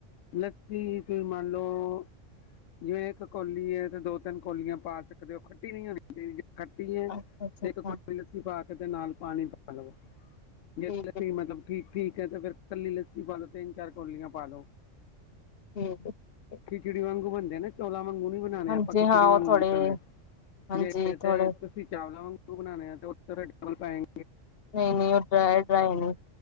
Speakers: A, on the left; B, on the left.
A: ਲੱਸੀ ਤੁਸੀਂ ਮੰਨ ਲਓ ਜਿਵੇਂ ਇੱਕ ਕੌਲੀ ਹੈ ਤੇ ਦੋ ਤਿੰਨ ਕੌਲੀਆਂ ਪਾ ਸਕਦੇ ਹੋ ਖੱਟੀ ਨਹੀਂ ਹੋਣੀ ਚਾਹੀਦੀ ਖੱਟੀ ਹੈ
B: ਅੱਛਾ-ਅੱਛਾ ਅੱਛਾ
A: ਇੱਕ
B: ਅੱਛਾ
A: ਕੁੜ ਲਸੀਫਾ ਤੇ ਨਾਲ ਪਾਣੀ ਪਾ ਲਵੋ ਜ
B: ਠੀਕ
A: ਅਸੀਂ
B: ਹੈ
A: ਮਤਲਬ ਠੀਕ ਠੀਕ ਹੈ ਤੇ ਫੇਰ ਕੱਲੀ ਲੱਸੀ ਪਾ ਦੋ ਤਿੰਨ ਚਾਰ ਕੋਲੀਆਂ ਪਾ ਲੋੋ
B: ਠੀਕ ਹੈ ਠੀਕ ਹੈ
A: ਖਿਚੜੀ ਵਾਂਗੂ ਬੰ ਚੋਲਾ ਵਾਂਗੂ ਨੀ ਬਣਾਉਣੇ
B: ਹਾਂਜੀ
A: ਆਪਾਂ ਖਿਚੜੀ
B: ਹਾਂ
A: ਵਾਂਗੂ
B: ਉਹ ਥੋੜੇ
A: ਬਣਾਉਣੇ
B: ਹਾਂਜੀ
A: ਜੇ ਤੇ
B: ਥੋੜੇ
A: ਤੁਸੀਂ ਚਾਵਲਾਂ ਵਾਂਗੂ ਬਣਾਣੇ ਹੈ ਤੇ ਉਹ ਡਬਲ ਪਾਏ
B: ਨਹੀਂ ਨਹੀਂ ਉਹ ਡਰਾ ਡਰਾਏ ਨਹੀਂ